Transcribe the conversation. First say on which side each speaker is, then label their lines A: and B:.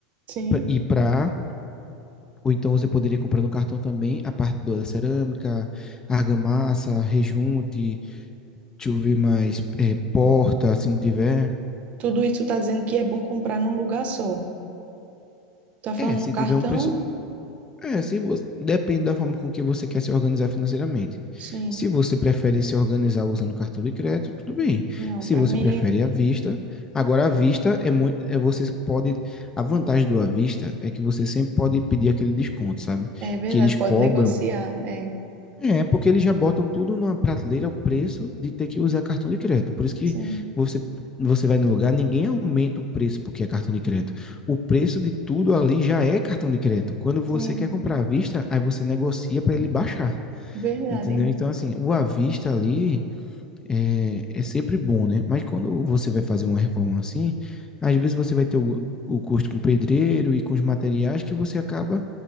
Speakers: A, on the right; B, on the left.
A: sim.
B: pra- e para ou então você poderia comprar no cartão também a parte da cerâmica, argamassa, rejunte, deixa eu ver mais, é, porta, se não tiver.
A: Tudo isso tá dizendo que é bom comprar num lugar só. Tá falando
B: É, se
A: no cartão?
B: tiver um preço. É, se você... depende da forma com que você quer se organizar financeiramente.
A: Sim.
B: Se você prefere se organizar usando cartão de crédito, tudo bem.
A: Não,
B: Se
A: para
B: você
A: mim
B: prefere à vista, agora à vista é muito, é, você pode, a vantagem do à vista é que você sempre pode pedir aquele desconto, sabe?
A: é verdade,
B: Que eles cobram
A: pode negociar. É,
B: É, porque eles já botam tudo numa prateleira o preço de ter que usar cartão de crédito. Por isso que
A: sim,
B: você, você vai no lugar, ninguém aumenta o preço porque é cartão de crédito. O preço de tudo ali já é cartão de crédito. Quando você
A: sim,
B: quer comprar à vista, aí você negocia para ele baixar.
A: verdade.
B: Entendeu? Então, assim, o à vista ali é, é sempre bom, né? Mas quando você vai fazer uma reforma assim, às vezes você vai ter o, o custo com o pedreiro e com os materiais que você acaba